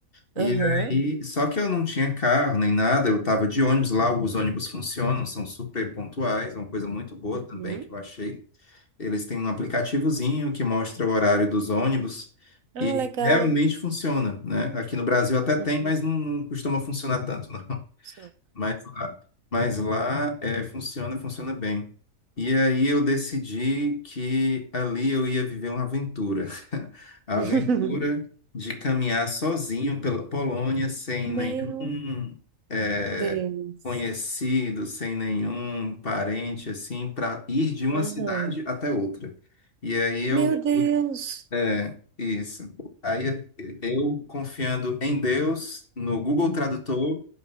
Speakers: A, on the left (about 45°); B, on the right (about 80°).
A: E
B: Aham.
A: aí, só que eu não tinha carro nem nada, eu estava de ônibus lá, os ônibus funcionam, são super pontuais, é uma coisa muito boa também
B: Uhum.
A: que eu achei. Eles têm um aplicativozinho que mostra o horário dos ônibus
B: Ah,
A: e
B: legal.
A: realmente funciona, né? Aqui no Brasil até tem,
B: Uhum.
A: mas não, não costuma funcionar tanto, não.
B: Só.
A: Mas lá, mas lá é, funciona, funciona bem. E aí eu decidi que ali eu ia viver uma aventura. <laughs> A
B: <laughs>
A: aventura de caminhar sozinho pela Polônia, sem
B: Meu
A: nenhum é,
B: Deus.
A: conhecido, sem nenhum parente, assim, para ir de uma
B: Aham.
A: cidade até outra. E aí eu
B: Meu Deus.
A: é, isso. Aí eu confiando em Deus, no Google Tradutor